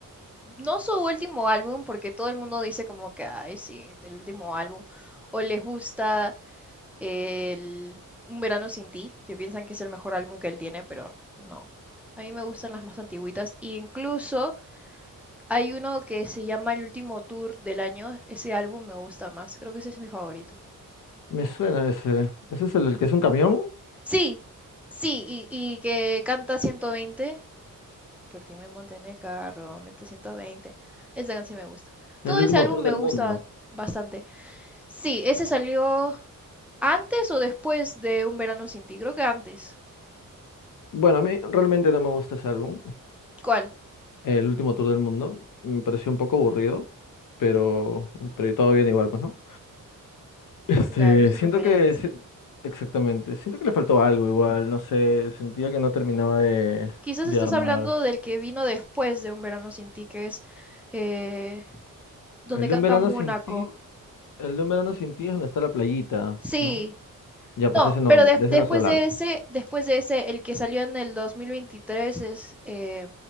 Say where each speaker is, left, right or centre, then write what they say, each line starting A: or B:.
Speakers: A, in the centre; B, on the left (about 70°).
A: No su último álbum, porque todo el mundo dice como que, ay, sí, el último álbum, o les gusta el Un Verano Sin Ti, que piensan que es el mejor álbum que él tiene, pero no. A mí me gustan las más antiguitas. Y incluso hay uno que se llama El Último Tour del Año. Ese álbum me gusta más. Creo que ese es mi favorito.
B: Me suena ese. ¿Ese es el, el que es un camión?
A: Sí, sí, y, y que canta 120. Por ti me monté en el carro, mete 120. Esa canción me gusta.
B: El
A: Todo ese
B: último
A: álbum
B: tour
A: me
B: del
A: gusta
B: mundo.
A: bastante. Sí, ese salió antes o después de Un Verano Sin Ti. Creo que antes.
B: Bueno, a mí realmente no me gusta ese álbum,
A: ¿Cuál?
B: el último tour del mundo. Me pareció un poco aburrido, pero, pero todo bien igual, pues, ¿no? Este,
A: Claro, es tu
B: siento
A: preferencia.
B: que, si- exactamente, siento que le faltó algo igual, no sé, sentía que no terminaba de,
A: Quizás
B: de
A: estás
B: armar.
A: hablando del que vino después de Un Verano Sin Ti, que es eh, donde
B: El de
A: canta
B: un verano
A: Mónaco.
B: sin ti, el de un verano sin ti es donde está la playita,
A: Sí,
B: ¿no? Ya,
A: no,
B: pues ese no,
A: pero
B: de
A: des-
B: de ese
A: después
B: no estoy hablando.
A: de ese, después de ese, el que salió en el 2023 es eh,